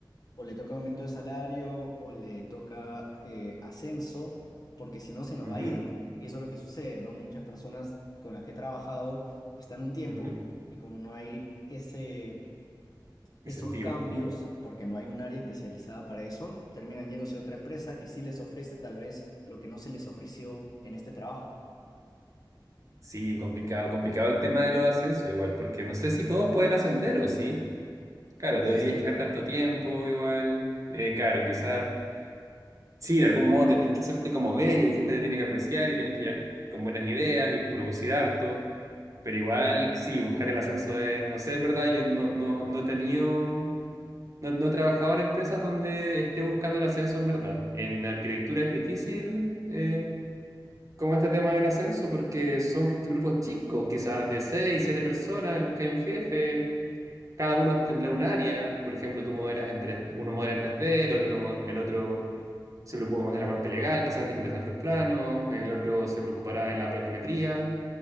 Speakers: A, on the left (about 50°); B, on the right (about 45°).
A: o le toca aumento de salario o le toca eh, ascenso, porque si no se nos
B: Ujú,
A: va a ir. Y eso es lo que sucede, ¿no? Muchas personas con las que he trabajado están un tiempo
B: ujú.
A: y como no hay ese, esos
B: Incentivo.
A: cambios, porque no hay un área especializada para eso, terminan yéndose a otra empresa que sí les ofrece tal vez lo que no se les ofreció en este trabajo.
B: Sí, complicado, complicado el tema de los ascensos, igual, porque no sé si todos pueden ascender o sí. Claro,
A: Eso
B: deberías
A: es cierto,
B: quedar
A: ¿no?
B: tanto tiempo, igual. Eh, claro, quizás. Sí, de algún modo tenés que hacerte como ver y el jefe te tiene que apreciar y tienes que llegar con buenas ideas y producir harto. Pero igual, sí, buscar el ascenso es, no sé, en verdad, yo no, no, no he tenido, no, no he trabajado en empresas donde esté buscando el ascenso en verdad. En arquitectura es difícil eh, como este tema del ascenso porque son grupos chicos, quizás de seis, siete personas en los que hay un jefe. Cada uno tendrá un área, por ejemplo, tú moderas en 3 uno modera en 3D, el otro, el otro se preocupa más de la parte legal, quizás de ingresar los planos, el otro se preocupará de la planimetría